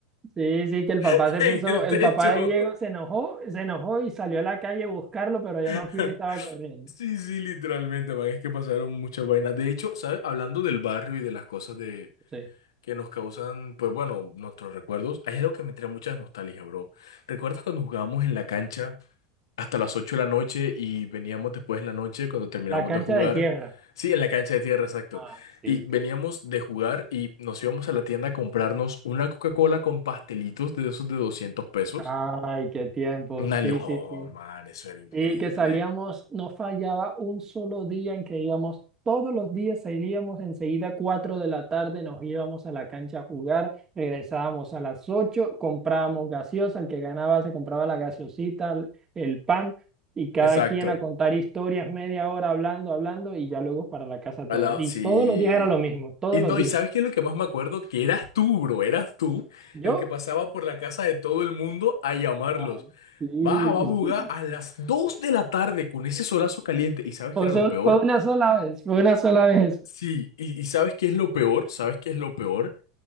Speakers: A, on the right (about 25°); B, on the left (about 65°).
A: sí, sí, que el papá
B: <laughs>
A: se
B: en
A: puso,
B: el
A: el
B: techo.
A: papá de Diego se enojó, se enojó y salió a la calle a buscarlo, pero ya
B: <laughs>
A: Mapfre estaba corriendo.
B: Sí, sí, literalmente, man, es que pasaron muchas vainas. De hecho, ¿sabes? Hablando del barrio y de las cosas de
A: Sí.
B: que nos causan, pues bueno, nuestros recuerdos, hay algo que me trae mucha nostalgia, bro. ¿Recuerdas cuando jugábamos en la cancha hasta las 8 de la noche y veníamos después en la noche cuando terminábamos
A: La cancha
B: de jugar?
A: de tierra.
B: Sí, en la cancha de tierra, exacto.
A: Ah, sí.
B: Y veníamos de jugar y nos íbamos a la tienda a comprarnos una Coca-Cola con pastelitos de esos de 200 pesos.
A: Ay, qué tiempo,
B: Una,
A: sí,
B: lo- oh,
A: sí, sí.
B: man, eso era increíble.
A: Y que salíamos, no fallaba un solo día en que íbamos, todos los días salíamos enseguida, 4 de la tarde, nos íbamos a la cancha a jugar, regresábamos a las 8, comprábamos gaseosa, el que ganaba se compraba la gaseosita, el el pan, y cada
B: Exacto.
A: quien a contar historias, media hora hablando, hablando, y ya luego para la casa todos.
B: Al lado,
A: Y
B: sí.
A: todos los días era lo mismo, todos
B: Y
A: los
B: no,
A: días.
B: ¿y sabes qué es lo que más me acuerdo? Que eras tú, bro, eras tú
A: Yo,
B: el que pasaba por la casa de todo el mundo a llamarlos.
A: ah, sí.
B: Baja, va,
A: <laughs>
B: buga, a las 2 de la tarde con ese solazo caliente. ¿Y sabes
A: O
B: qué era
A: sea,
B: lo peor?
A: fue una sola vez, fue una sola vez eso.
B: Sí, y, y ¿sabes qué es lo peor? ¿Sabes qué es lo peor?